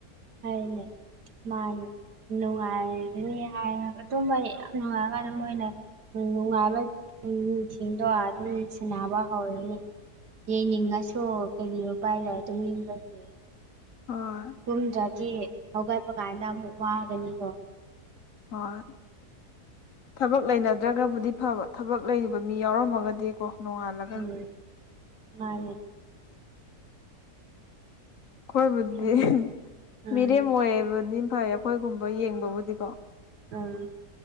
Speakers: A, on the right; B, on the left.
A: ꯍꯥꯏꯅꯦ ꯃꯥꯅꯦ ꯅꯨꯡꯉꯥꯏꯔꯅꯤ ꯍꯥꯏꯔꯒ ꯇꯨꯝꯕ ꯌꯥꯝ ꯅꯨꯡꯉꯥꯏꯔꯀꯥꯟꯗ ꯃꯣꯏꯅ ꯅꯨꯡꯉꯥꯏꯕꯏꯪꯁꯤꯡꯗꯣ ꯑꯗꯨꯝ ꯁꯥꯟꯅꯕ ꯍꯧꯔꯅꯤ ꯌꯦꯡꯅꯤꯡꯉꯁꯨ ꯀꯩꯔꯤ ꯎꯄꯥꯏ ꯂꯩ ꯇꯨꯝꯅꯤꯡꯕꯒꯤ
B: ꯍꯣꯏ
A: ꯇꯨꯝꯗ꯭ꯔꯗꯤ ꯍꯧꯒꯠꯄ ꯀꯥꯟꯗ ꯑꯃꯨꯛ ꯋꯥꯒꯅꯤꯗꯣ
B: ꯍꯣꯏ ꯊꯕꯛ ꯂꯩꯅꯗ꯭ꯔꯒꯕꯨꯗꯤ ꯐꯕ ꯊꯕꯛ ꯂꯩꯔꯤꯕ ꯃꯤ ꯌꯥꯎꯔꯝꯃꯒꯗꯤꯀꯣ ꯅꯣꯉꯥꯟꯂꯒ
A: ꯎꯝ ꯃꯥꯅꯦ
B: ꯑꯩꯈꯣꯏꯕꯨꯗꯤ
A: ꯈꯜꯂꯤ ꯎꯝ
B: ꯃꯤꯔꯦꯝ ꯑꯣꯏꯌꯦꯕꯗꯤ ꯐꯩ ꯑꯩꯈꯣꯏꯒꯨꯝꯕ ꯌꯦꯡꯕꯕꯨꯗꯤꯀꯣ
A: ꯎꯝ